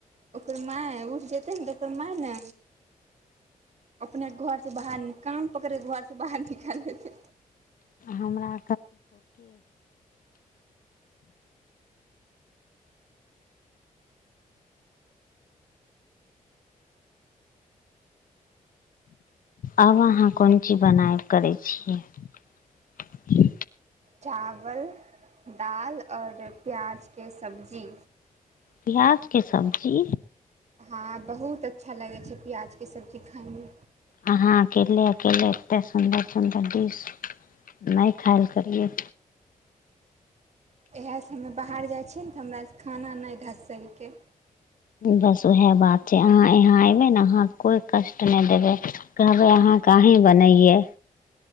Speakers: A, on the right; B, on the left.
A: ओकर माय उठि जेतै ने तऽ ओकर माँ ने अपने घरसँ बाहर कान पकड़ि के घरसँ बाहर निकाल लेतै
B: हमरा आब अहाँ कोन चीज बनायल करै छियै
A: चावल दालि आओर प्याजके सब्जी
B: प्याज के सब्जी
A: हँ बहुत अच्छा लागै छै प्याजके सब्जी खायमे
B: अहाँ अकेले अकेले एतेक सुन्दर सुन्दर डिश नहि खायल करियै
A: इएहसँ हमे बाहर जाइ छियै ने तऽ हमरासँ खाना नहि धँसैके
B: बस उएह बात छै अहाँ यहाँ अयबै ने अहाँ कोइ कष्ट नहि देबै कहबै अहाँक अहीँ बनैयै